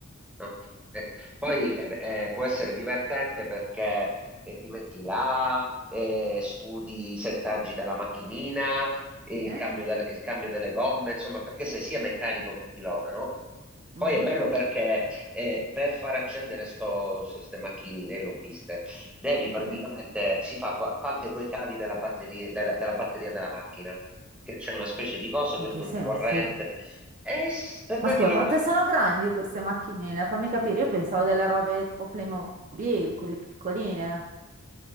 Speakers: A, in the centre; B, on the right.
A: no? Eh, poi
B: quindi...
A: eh, beh, eh, può essere divertente perché eh, ti metti là, eh, studi i settaggi della macchinina, e
B: Sì.
A: il cambio, del- il cambio delle gomme, insomma, perché sei sia meccanico che pilota, no?
B: Mm,
A: Poi è bello perché e per far accendere queste macchinine, l'ho viste, devi
B: sì.
A: praticamente, si fa co- anche con i cavi della batteria della, della batteria della macchina, che c'è una specie di coso che
B: In che
A: tu
B: senso?
A: dai corrente, e s- per
B: Ma
A: dargli
B: scusa,
A: lo-
B: quante
A: eh,
B: sono grandi queste macchinine? Fammi capire, io pensavo delle robe tipo Playmobil, quelle piccoline.